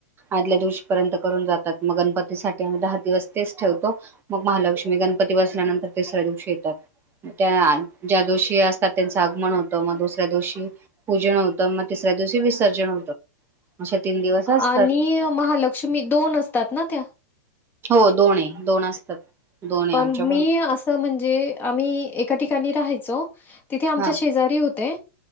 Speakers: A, on the right; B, on the left.
A: आदल्या दिवशी पर्यंत करून जातात मग गणपतीसाठी आम्ही दहा दिवस तेच ठेवतो मग महालक्ष्मी गणपती बसल्यानंतर तिसऱ्या दिवशी येतात. त्या ज्या दिवशी असतात त्यांचं आगमन होतं मग दुसऱ्या दिवशी पूजन होतं मग तिसऱ्या दिवशी विसर्जन होतं. अशे तीन दिवस असतात
B: आणि महालक्ष्मी दोन असतात ना त्या?
A: हो दोन आहे दोन असतात. दोन आहे
B: पण
A: आमच्या
B: मी असं म्हणजे आम्ही एक एका ठिकाणी राहायचो. तिथे आमच्या
A: हा
B: शेजारी होते.